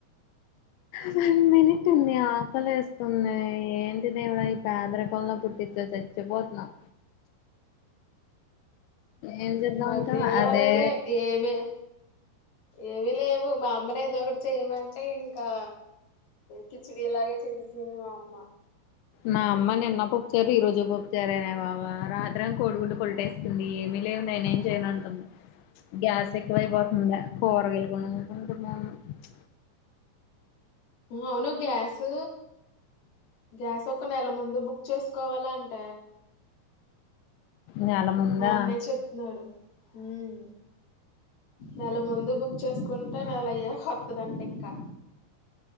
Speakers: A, on the left; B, on the left.
A: వన్ మనిట్ంది ఆకలి లే ఉన్నాయి. ఏంటి దేవుడ ఈ పేదరికంలో పుట్టించ చచ్చిపోతున్నాం. ఏం చేద్దామంటావ్
B: మధ్యాహ్నం
A: అదే
B: అలాగే ఏమి ఏమి లేవు. మా అమ్మనే ఇదొకటి చేయమంటే ఇంకా కిచిడి లాగే చేసేసింది. మా అమ్మ
A: మా అమ్మా నిన్న పప్పుచారే ఈ రోజు పప్పుచారెనే బాబు ఆ మాం కోడు గుడ్డు కొలటేస్తుంది ఏ నేనేం చేయనుంటంది గ్యాస్ ఎక్కువైపో కూరగాయలు కోన్ రడు మేమ్ <unintelligible>
B: అవును గ్యాస్ గ్యాస్ ఒక నెల ముందు బుక్ చేసుకోవాలంట.
A: నెల ముందా
B: మా అన్నయ చెప్తున్నాడు. ఉమ్ నెల ముందు బుక్ చేసుకుంటే నెల అయ్యాక వాతాదంట, ఇంకా